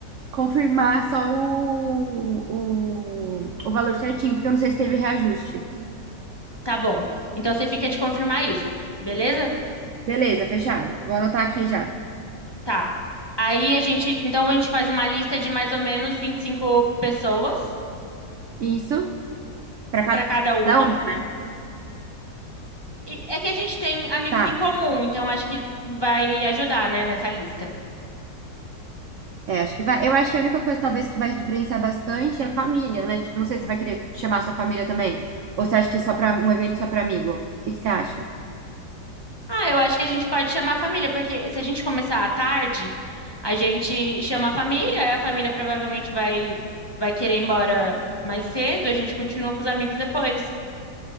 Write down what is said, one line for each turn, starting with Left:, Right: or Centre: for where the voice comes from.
Right: confirmar só o, o, o valor certinho, porque eu não sei se teve reajuste.
Left: Tá bom. Então, você fica de confirmar isso, beleza?
Right: Beleza, fechado. Vou anotar aqui já.
Left: Tá. Aí, a gente... Então, a gente faz uma lista de mais ou menos 25 pessoas
Right: Isso, para cada
Left: para cada uma.
Right: uma.
Left: E é que a gente tem amigos
Right: Tá.
Left: em comum, então acho que vai ajudar, né, nessa lista.
Right: É, acho que vai. Eu acho que a única coisa, talvez, que vai diferenciar bastante é a família, né? Tipo, não sei se você vai querer chamar sua família também. Ou você acha que é só para um evento só para amigo? O que que você acha?
Left: Ah, eu acho que a gente pode chamar a família, porque se a gente começar à tarde, a gente chama a família, a família provavelmente vai vai querer ir embora mais cedo, a gente continua com os amigos depois.